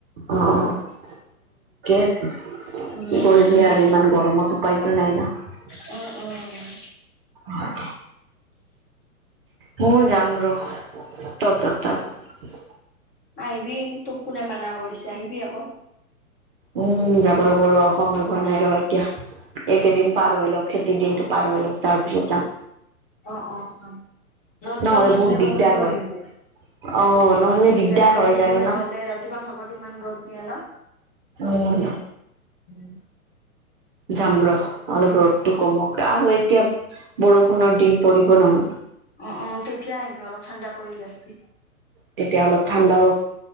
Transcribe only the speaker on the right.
অ' ঠিকে আছে কি
কৰিবি
আৰু ইমান গৰমত উপায়তো নাই ন
হয়। ম যাম ৰ তৰ তৰ তাত
উম, যাব লাগিব ৰ, সময় হোৱা নাই ৰ এতিয়া এইকেইদিন
পাৰ হৈ লওক খেতিৰ দিনটো পাৰল তাৰ পিছত যাম।
নহ'লে
বহুত দিগদাৰ
হয়
অ নহ'লে
দিগদাৰ হয়
জান
না।
উম।
যাম ৰ অলপ ৰ'দটো কমক আৰু এতিয়া। বৰষুণৰ
দিন পৰিব নহয়
তেতিয়া অলপ
ঠাণ্ডাও